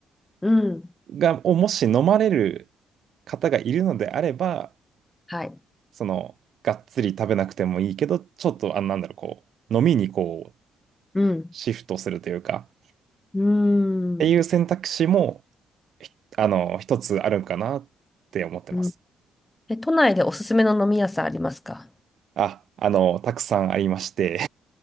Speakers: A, on the left; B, on the right.
A: うん。
B: が、をもし飲まれる方がいるのであれば、
A: はい。
B: その、がっつり食べなくてもいいけど、ちょっと、あ、なんだろう、こう、飲みにこう、
A: うん。
B: シフトするというか、
A: うー
B: っていう選択肢も、
A: ん。
B: ひあの、一つあるんかなって思ってます。
A: うん。え、都内でおすすめの飲み屋さんありますか
B: あ、あの、たくさんありまして